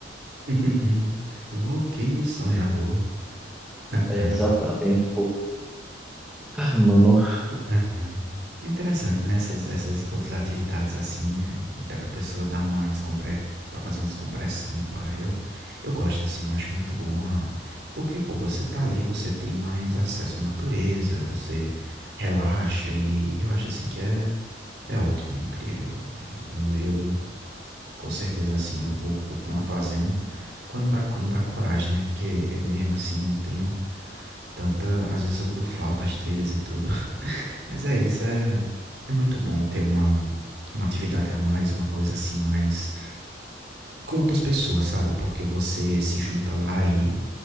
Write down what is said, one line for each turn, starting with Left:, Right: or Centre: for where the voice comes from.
Right: <laughs> Louco e sonhador. <laughs>
Centre: É, exatamente, pô. Ah, mano.
Right: Aham. É interessante, né, essas essas outras atividades, assim, eh, dá pra pessoa dar uma descompre tá fazendo descompressão e pá, eu eu gosto, assim, eu acho muito bom a porque, pô, você tá ali, você tem mais acesso à natureza, você relaxa e eu acho, assim, que é é ótimo, é incrível. Eu eu eu, com certeza, assim, eu vou continuar fazendo quando dá quando dá coragem, né, porque eu mesmo, assim, não tenho tanta às vezes eu eu falto às trilhas e tudo. Mas é isso, é, é muito bom ter uma, uma atividade a mais, uma coisa assim mais com outras pessoas, sabe? Porque você se junta lá e